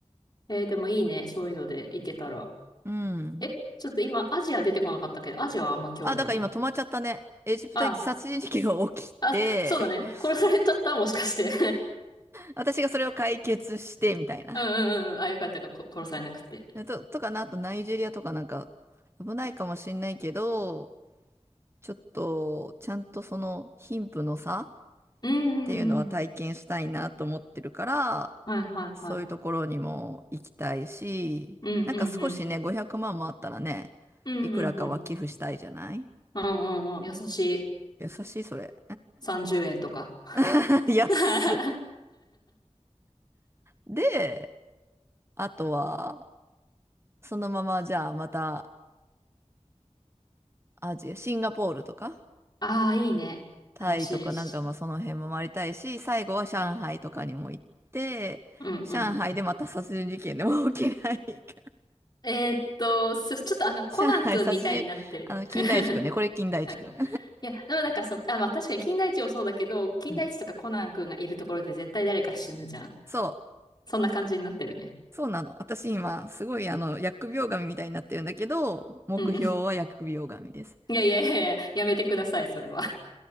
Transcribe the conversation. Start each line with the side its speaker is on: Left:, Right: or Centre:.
Left: えー、でもいいね。そういうので行けたら。
Right: うん。
Left: え、ちょっと今、アジア出てこなかったけど、アジアはあんま興味ないの
Right: あ、だから今止まっちゃったね。エジプト行って殺人事件が起きて、
Left: あ、あ、そうだね。
Right: <laughs>
Left: 殺されちゃったもしかして。
Right: 私がそれを解決して、みたいな。
Left: <laughs> うんうんうん。あ、よかったか、こ殺されなくて。
Right: でと、とかな、あとナイジェリアとかなんか、危ないかもしんないけど、ちょっと、ちゃんとその貧富の差っ
Left: うんうんうん。
Right: ていうのは体験したいなと思ってるから、
Left: はいはいはい。
Right: そういうところにも行きたいし、
Left: うんうんうん。
Right: なんか少しね、500万もあったらね、
Left: うんうんうん。
Right: いくらかは寄付したいじゃない
Left: うんうんうん。優しい。
Right: 優しい、それ。
Left: 30円とか。<laughs>
Right: <laughs> 安っ。で、あとは、そのままじゃあまたアジア、シンガポールとか、
Left: ああ、いいね。
Right: タイとかなんかまあその辺も回りたいし、
Left: 楽しいし。
Right: 最後は上海とかにも行って、
Left: うんうん。
Right: 上海でまた殺人事件でも起きないか。<laughs>
Left: えーっと、そちょっとあの、コナン君みたいになってる。
Right: 上海殺人、あの、
Left: <laughs>
Right: 金田一くんね。これ金田一くん。
Left: はい。
Right: <laughs>
Left: いや、でもなんかその、あ、まあ確かに金田一もそうだけど、金田一とかコナン君がいるところで絶対誰か死ぬじゃん。
Right: うん。そう。
Left: そんな感じになってるね。
Right: そうなの。私今、すごいあの、疫病神みたいになってるんだけど、目標は疫病神です。
Left: うんうん。いやいやいやいや、やめてください、それは。